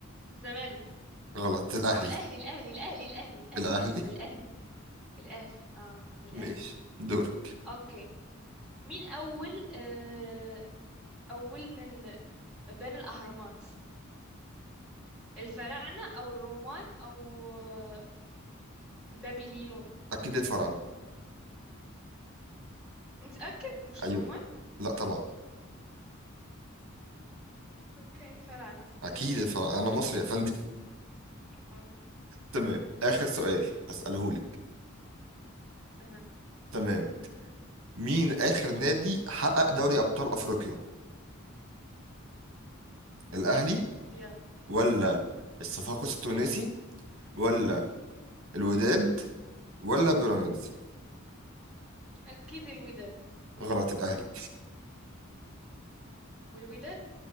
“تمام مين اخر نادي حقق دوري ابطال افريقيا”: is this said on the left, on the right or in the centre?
Right